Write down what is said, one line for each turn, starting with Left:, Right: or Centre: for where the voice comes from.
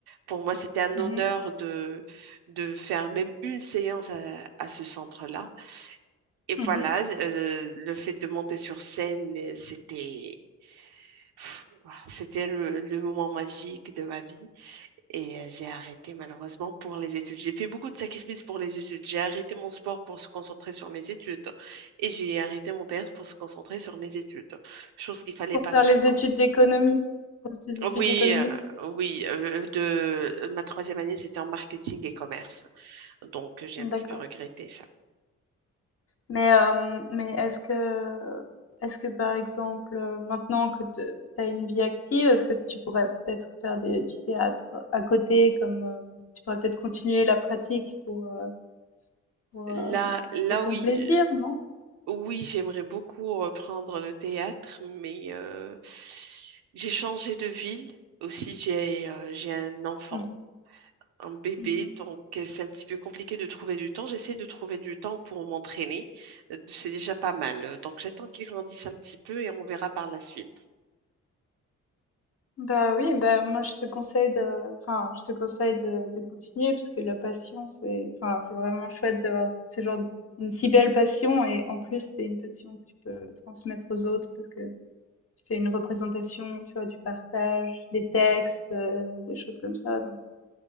Right: Pour moi, c'était un
Left: Mmh
Right: honneur
Left: mh.
Right: de, de faire même une séance à, à ce centre-là. Et voilà,
Left: Mmh
Right: euh, le fait de monter sur scène, euh, c'était, pff, c'était le le moment magique de ma vie. Et euh, j'ai arrêté malheureusement pour les études. J'ai fait beaucoup de sacrifices pour les études. J'ai arrêté mon sport pour se concentrer sur mes études. Et j'ai arrêté mon théâtre pour se concentrer sur mes études. Chose qu'il fallait
Left: Pour
Right: pas
Left: faire
Right: faire.
Left: les études
Right: hein.
Left: d'économie? Pour tes études
Right: Oui,
Left: d'économie?
Right: euh, oui. euh, de... Ma troisième année, c'était en marketing et commerce. Donc euh, j'ai un petit
Left: D'accord.
Right: peu regretté ça.
Left: Mais, hem, mais est-ce que est-ce que par exemple, heu, maintenant que te tu as une vie active, est-ce que tu pourrais peut-être faire des du théâtre à côté comme, hem, tu pourrais peut-être continuer la pratique pour, heu, pour,
Right: Là,
Left: hem,
Right: là
Left: pour ton
Right: oui,
Left: plaisir, non?
Right: oui, j'aimerais beaucoup reprendre le théâtre, mais euh, j'ai changé de ville. Aussi, j'ai euh, j'ai un enfant.
Left: Mmh
Right: un bébé,
Left: Mmh
Right: donc euh, c'est un petit peu compliqué de trouver du temps. J'essaie de trouver du temps pour m'entraîner. Euh, C'est déjà pas mal. Euh, Donc j'attends qu'il grandisse un petit peu et on verra par la suite.
Left: Bah oui, bah moi je te conseille de, enfin je te conseille de, de continuer parce que la passion c'est, enfin c'est vraiment chouette d'avoir ce genre une si belle passion et en plus c'est une passion que tu peux transmettre aux autres parce que tu fais une représentation, tu vois, tu partages des textes,
Right: Mm.
Left: euh, des choses comme ça. Donc